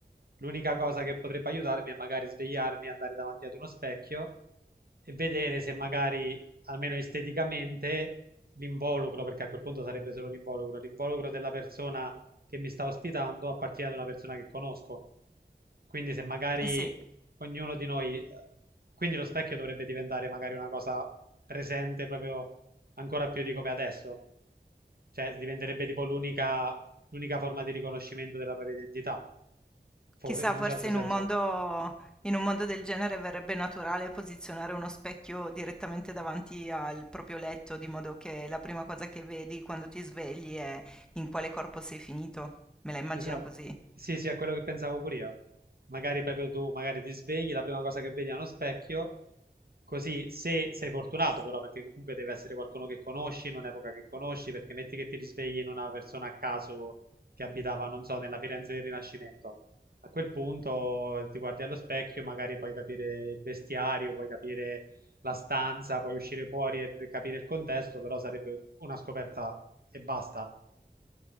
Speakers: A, on the right; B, in the centre.
A: L'unica cosa che potrebbe aiutarmi è magari svegliarmi, andare davanti ad uno specchio e vedere se magari, almeno esteticamente, l'involucro, perché a quel punto sarebbe solo l'involucro, l'involucro della persona che mi sta ospitando appartiene ad una persona che conosco. Quindi se magari
B: Eh sì,
A: ognuno di noi, quindi lo specchio dovrebbe diventare magari una cosa presente proprio ancora più di come è adesso. Cioè, diventerebbe tipo l'unica l'unica forma di riconoscimento della propria identità. For-
B: chissà,
A: in
B: forse
A: un certo
B: in
A: senso.
B: un mondo, in un mondo del genere verrebbe naturale posizionare uno specchio direttamente davanti al proprio letto, di modo che la prima cosa che vedi quando ti svegli è in quale corpo sei finito. Me la immagino
A: Esatto.
B: così.
A: Sì, sì, è quello che pensavo pure io. Magari proprio tu, magari ti svegli, la prima cosa che vedi è uno specchio, così se sei fortunato però, perché comunque deve essere qualcuno che conosci, in un'epoca che conosci, perché metti che ti risvegli in una persona a caso che abitava, non so, nella Firenze del Rinascimento. A quel punto eh, ti guardi allo specchio, magari puoi capire il vestiario, puoi capire la stanza, puoi uscire fuori e capire il contesto, però sarebbe una scoperta e basta.